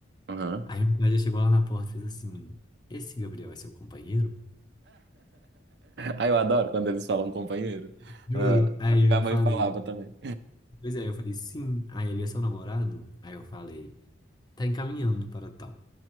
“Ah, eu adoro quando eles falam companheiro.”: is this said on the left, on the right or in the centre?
Right